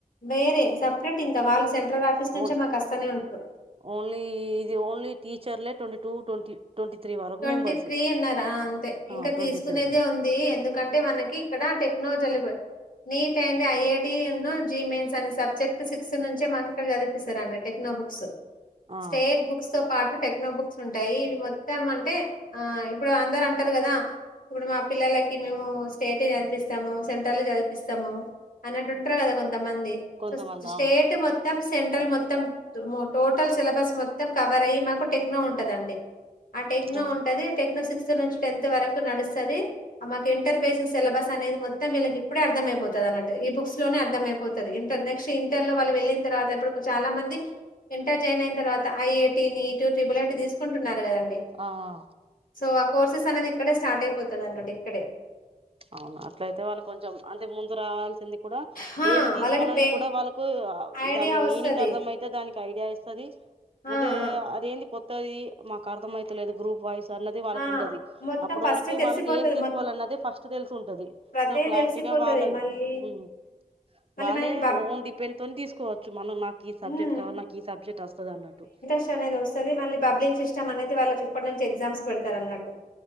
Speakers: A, on the left; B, on the right.
A: వేరే సపరేట్ ఇంకా వాళ్ళు సెంట్రల్ ఆఫీస్ నుంచే
B: ఓన్
A: మాకస్తానే ఉంటరు
B: ఓన్లీ ఇది ఓన్లీ టీచర్లే twenty two twenty twenty three వరకు
A: ట్వంటీ
B: మెంబర్స్
A: త్రీ ఉన్నర్ అ అంతే ఇంకా
B: ఆ ట్వంటీ
A: తీసుకునేదే
B: త్రీ
A: ఉంది ఎందుకంటే మనకి ఇక్కడ టెక్న నీట్ అండ్ ఐఐటీ ఉన్ను జీ మెయిన్స్ అనె సబ్జెక్ట్ సిక్ త్ నుంచే మాకు ఇక్కడ చదిపిస్తారండి టెక్నో బుక్స్
B: ఆ
A: స్టేట్ బుక్స్ తో పాటు టెక్నో బుక్స్ ఉంటాయి ఇవి మొత్తం మ టే ఆ ఇప్పుడు అందరు అంటరు గదా ఇప్పుడు మా పిల్లలకి మేము స్టేటే చదిపిస్తము సెంట్రల్ చదిపిస్తము అన్నట్టు ఉంటర్రు గదా కొంతమంది
B: కొంతమంది
A: సొ స్టేట్
B: అవును
A: మొత్తం సెంట్రల్ మొత్ త్తం టోటల్ సిలబస్ మొత్తం కవర్ అయి మాకు టెక్నో ఉంటదండి ఆ టెక్నో
B: ఆ
A: ఉంటది టెనో సిక్స్ త్క్ నుంచి టెన్త్ వరకు నడుస్తది అ మాకు ఇంటర్ బేస్ సిలబస్ అనేది మొత్తం వీళ్ళ కిప్పుడే అర్థమైపోత తనట్ ఈ బుక్స్ లోనే అర్థమైపోతది ఇంటర్ నెక్స్ట్ ఇంటర్ లో వాళ్ళు వెళ్ళిన్ తర్వాత ఇప్పుడు చాలా మంది ఇంటర్ జాయిన్ అయిన తర్వాత ఐఐటీ నీటు త్రిబులైటి తీసుకుంటున్నారు గదండి
B: ఆఆ
A: సొ ఆ కోర్సెస్ అనేది ఇక్కడే స్టార్ట్ అయిపోతదనట్టు ఇక్కడే
B: అవున అట్లైతే వళ్ళు కొంచెం అంటే ముందు రావాల్సింది కుడా
A: హా
B: ఏది తీసుకోవలన్న
A: వాళ్ళకి పే
B: కూడా వాళ్ళ కూ
A: ఐడియా
B: దాని
A: వస్తది
B: మీనింగ్ అర్థమైతది దానిక్ ఐడియా ఇస్తది
A: ఆ
B: అంటే
A: ఆ
B: అదేంది కొత్తది మాకు అర్థం అమైతలేదు గ్రూప్ వైస్ దన్నది వాళ్ళకు
A: ఆ
B: ఉండది
A: మొత్తం
B: అప్పటి
A: ఫస్ట్
B: వరకు
A: తెలిసిపోతది
B: వాళ్ళకి ఏం తీసుకోవాలి
A: మొ
B: అన్నది ఫస్ట్ తెలిసుంటది
A: ప్రతేది
B: సొ క్లారిటీగా
A: తెలిసిపోతది
B: వాళ్ళ
A: మళ్ళీ
B: ఉమ్
A: మళ్ళీ
B: వాళ్ళే
A: మనకి బబ్
B: ఓన్ డిపెండ్ తోని తీసుకోవచ్చు మనం నాకు ఈ సబ్జెక్ట్
A: ఉమ్
B: కావాలి నాకు ఈ సబ్జెక్ట్ వస్తది అన్నట్టు
A: స్ అనేది వస్తది మళ్ళీ పబ్లింగ్ సిస్టమ్ అనేది వాళ్ళకి ఇప్పటి నుంచె ఎగ్జామ్స్ పెడ్ తరన్నట్టు